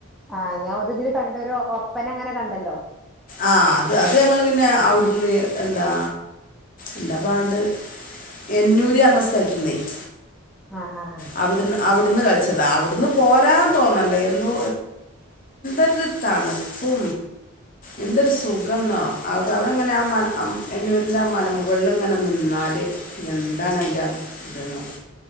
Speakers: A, in the centre; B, on the left.
A: ആഹ് ഞാൻ ഒരു ഇതില് കണ്ടു ഒരു ഒപ്പന അങ്ങനെ കണ്ടല്ലോ
B: ആഹ അത് അത് ഞങ്ങൾ പിന്നെ അവിടുന്ന് എന്താ ഉണ്ട അപ്പ അണ്ട് എഞ്ഞൂര് അറണ സ്ഥലത്തുന്നേ <unintelligible>
A: ആ ആ ആ
B: <unintelligible> അവിടുന്ന് അവിടുന്ന് കള വച്ചതാ അവിടുന്ന് പോരാൻ തോന്നണ്ടേ എന്തോ ഒരു തണുപ്പ് എന്തൊരു സുഖം ആണെന്നോ, അവിടെ, അങ്ങനെ ആ മലയന്നൂരിന്റെ ആ മുകളിൽ ഇങ്ങനെ നിന്നാ ആല് എന്താണ അതി്റെ ഇതന്ന